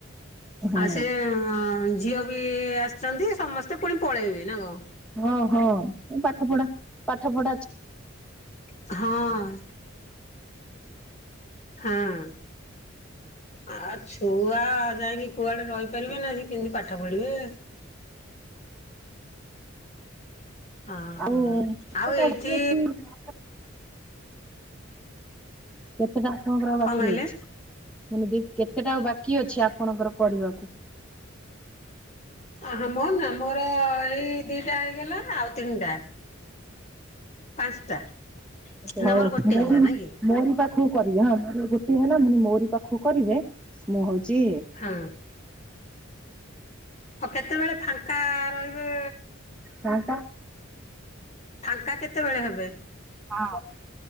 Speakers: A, in the centre; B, on the left.
A: ହଁ।
B: ଆଉ ସେ ଝିଅ ବି ଆସିଚନ୍ତି ସମସ୍ତେ ପୁଣି ପଳେଇବେ ନା କନ?
A: ହଁ ହଁ ପାଠ ପଢା ପାଠ ପଢା ଅଛି।
B: ହଁ। ହଁ। ଆ ଛୁଆ ଯାଇକି କୁଆଡେ ରହିପାରିବେ ନା ସେ କେମିତି ପାଠ ପଢିବେ ଓହୋ
A: ଆ ଅ
B: ଆଉ ଏଇଠି
A: <unintelligible> କେତେଟା ଆପଣଙ୍କର ଆଉ ବାକି
B: କଣ କହିଲେ?
A: ଅଛି? ମାନେ ଦି କେତେଟା ଆଉ ବାକି ଅଛି ଆପଣଙ୍କର କରିବାକୁ?
B: ଆଗେ ମୋର ନା ମୋର ଏଇ ଦିଟା ହେଇଗଲା ଆଉ ତିନିଟା। ପାଞ୍ଚଟା
A: ହଉ
B: ନା ମୋର ଗୋଟେ
A: ମୁଁ
B: ହେଲା
A: ମୁ
B: ନାଇଁ କି
A: ମୋରି ପାଖକୁ କରିବେ ହଁ ମ ହେଲା ମୁଁ ମୋର ପାଖକୁ କରିବେ ମୁଁ ହଉଚି
B: ଆଁ ଆଉ କେତେବେଳେ ଫାଙ୍କା ରହିବେ?
A: ନା ତ।
B: ଫାଙ୍କା କେତେବେଳେ ହେବେ?
A: ହଁ